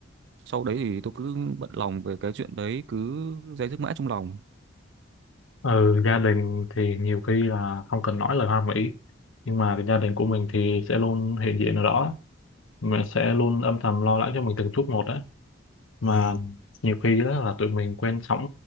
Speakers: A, on the right (about 60°); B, on the left (about 75°).
A: Sau đấy thì tôi cứ bận lòng về cái chuyện đấy, cứ day dứt mãi trong lòng.
B: ừ gia đình thì nhiều khi là không cần nói lời hoa mỹ nhưng mà cái gia đình của mình thì sẽ luôn hiện diện ở đó mình sẽ luôn âm thầm lo lắng cho mình từng chút một đấy mà nhiều khi đó là tụi mình quen sóng